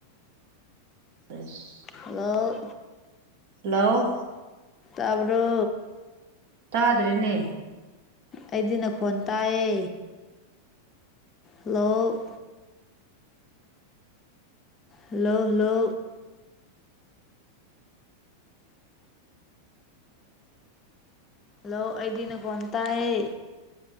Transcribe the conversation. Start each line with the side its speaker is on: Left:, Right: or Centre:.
Right: ꯐ꯭ꯔꯦꯁ
Left: ꯍꯂꯣ
Right: ꯂꯥꯎ
Left: ꯇꯥꯕ꯭ꯔꯣ
Right: ꯇꯥꯗ꯭ꯔꯦꯅꯦ
Left: ꯑꯩꯗꯤ ꯅꯈꯣꯟ ꯇꯥꯌꯦ ꯍꯂꯣ ꯍꯜꯂꯣ ꯍꯂꯣ ꯍꯜꯂꯣ ꯑꯩꯗꯤ ꯅꯈꯣꯟ ꯇꯥꯏꯌꯦ